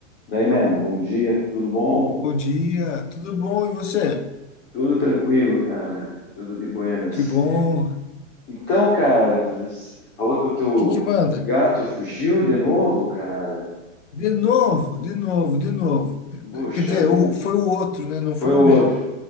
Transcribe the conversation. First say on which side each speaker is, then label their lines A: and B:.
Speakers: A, on the left (about 25°); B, on the left (about 65°).
A: Daí, man, bom dia, tudo bom?
B: Bom dia, tudo bom e você?
A: Tudo tranquilo, cara, tudo de buenas.
B: Que bom. O
A: Então, cara, você falou que o teu
B: que que manda?
A: gato fugiu de novo, cara.
B: De novo, de novo, de novo.
A: Puxa
B: Quer dizer,
A: vida,
B: o- foi o outro, né? Não foi
A: foi o
B: o
A: outro.
B: mesmo.